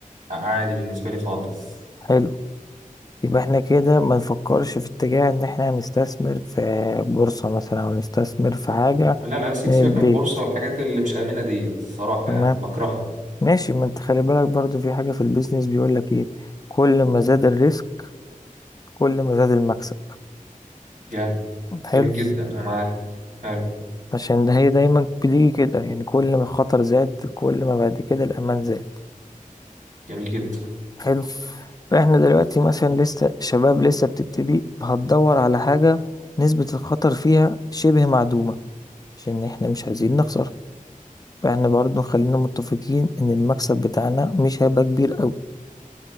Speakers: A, on the right; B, on the left.
A: آه، عادي بالنسبة لي خالص
B: حلو يبقى احنا كده ما نفكرش في اتجاه ان احنا هنستثمر في بورصة مثلا او نستثمر في حاجة
A: لا لا سي-
B: من
A: سيبك
B: البيت
A: من البورصة والحاجات اللي مش آمنة ديت الصراحة
B: تمام
A: يعني بكرهها
B: ماشي ما انت خلي بالك برضو في حاجة في البيزنس بيقول لك ايه كل ما زاد الريسك كل ما زاد المكسب
A: جامد
B: حلو
A: جميل جدا أنا معاه حلو
B: عشان ده هي دايما بتيجي كده يعني كل ما الخطر زاد كل ما بعد كده الأمان زاد
A: جميل جدا
B: حلو فاحنا دلوقتي مثلا
A: مم.
B: لسه شباب لسه بتبتدي هتدور على حاجة نسبة الخطر فيها شبه معدومة عشان احنا مش عايزين نخسر فاحنا برضو خلينا متفقين ان المكسب بتاعنا مش هيبقى كبير قوي